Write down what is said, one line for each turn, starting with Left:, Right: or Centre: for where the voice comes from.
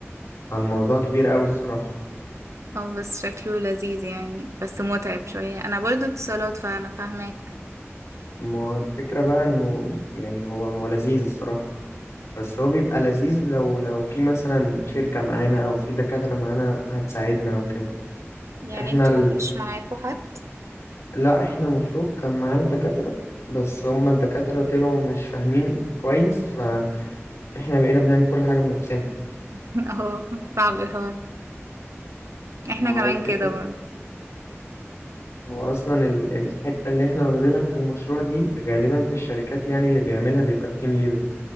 Left: فالموضوع كبير أوي الصراحة
Right: اه بس شكله لذيذ يعني بس متعب شوية انا برضو اتصالات فانا فاهماك
Left: ما هو الفكرة بقى إنه يعني هو هو لذيذ الصراحة بس هو بيبقى لذيذ لو لو في مثلا شركة معانا أو في دكاترة معانا هتساعدنا أو كده
Right: يعني
Left: احنا
Right: انتوا مش معاكوا حد
Left: لا احنا مفروض كان معانا دكاترة بس هما الدكاترة طلعوا مش فاهمين كويس فاحنا بقينا بنعمل كل حاجة بنفسنا
Right: <laughs> اه صعب الحوار احنا
Left: ما هو
Right: كمان
Left: الفكرة
Right: كده برضو
Left: هو أصلا ال- الحتة اللي احنا واخدينها في المشروع دي غالبا في الشركات يعني اللي بيعملها بيبقى التيم ليدر